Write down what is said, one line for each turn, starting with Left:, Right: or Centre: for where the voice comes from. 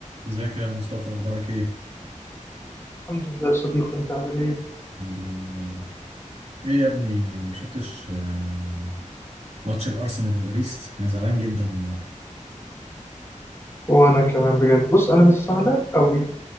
Right: ازيك يا مصطفى اخبارك ايه
Left: الحمد لله يا صديقي انت عامل ايه؟
Right: الحمد لله والله ايه يا ابني ما شفتش آه، ماتش الارسنال وباريس انا زعلان جدا والله
Left: وانا كمان بجد بص انا مش زعلان قوي